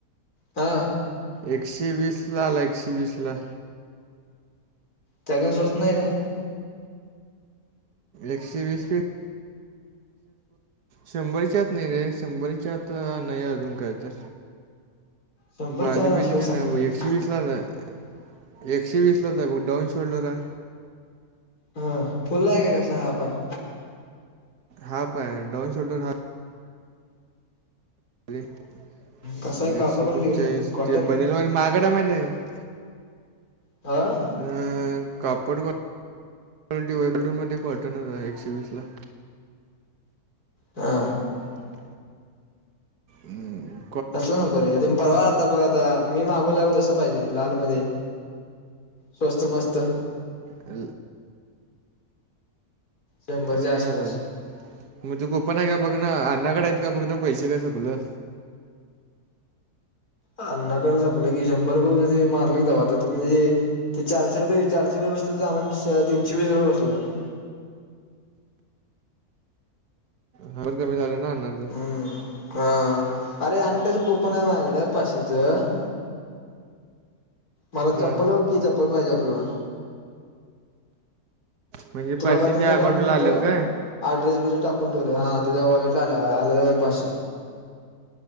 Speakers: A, on the left; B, on the right.
A: हा
B: एकशे वीस ला आला एकशे वीस ला
A: त्या कायच होत नाही काय
B: एकशे वीस फी शंभरच्याच नाही रे शंभरीच्यात नाही अजून काय तर
A: शंभरच्या
B: बारली
A: आत
B: बिले
A: असल्यावर
B: ते
A: सांगते
B: ना
A: लगेच
B: एकशे वीसलात एकशे वीस लाच बु डाऊन शोल्डर ह
A: हा फुल ला आहे काय कसा, हाफ हाय
B: हा प डन शोडर हा अर
A: कसा आहे कापड
B: एकशे
A: क्वालिटी
B: पंचाळीस
A: कसा आहे कॉटन
B: ते बनेल मागाडा माहित आहे का
A: आह
B: अ कापड क वर मध्ये कॉटन हो एकशे वीस ला
A: हा
B: ह हम्म
A: तसल नको र तु परवा आलता बघ आता मी मागवल्यावर तसं पाहिजे लाल मध्ये स्वस्त मस्त
B: अ
A: शंभरच्या
B: त नाही
A: आसपास
B: आलं मगजे कोपन आहे का बघ ना अण्णाकड आहेत का बघ ना पैसे काय सपलं
A: अण्नाकडेंपलं की शंभर रुपये हो ते मारले का आता तुम्ही जे ते चारशे रुपये चारशे रुपयेस तर आमण तीनशे वीस रुपये बसलं
B: हर कमी झालं ना अ
A: हम्म हा अरे आणि त्याच कुपन आहे माझकडं पाचशे च मला
B: हा
A: चप्पल वगकी चप्पल पाहिजे आपल्याला
B: म्हणजे
A: तुला
B: पैसे
A: बाजर
B: त्या
A: जा
B: अकाउंटला
A: आगेन येतो
B: आलेत काय
A: अड्रेस बिगरेस टाकून ठेवले हां त्याच्या वॉलेटला आ आले पाचशे